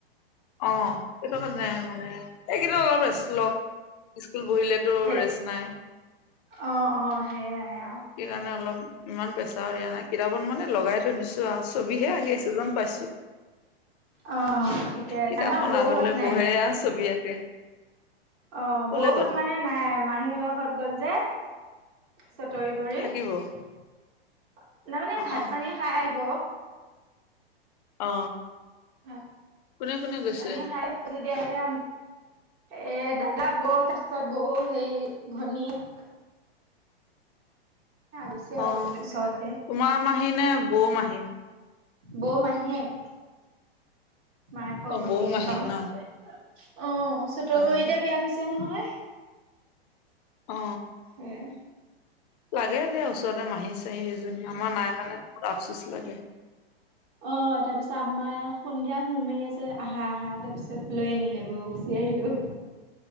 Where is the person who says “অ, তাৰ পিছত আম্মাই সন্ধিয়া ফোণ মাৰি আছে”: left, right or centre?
Right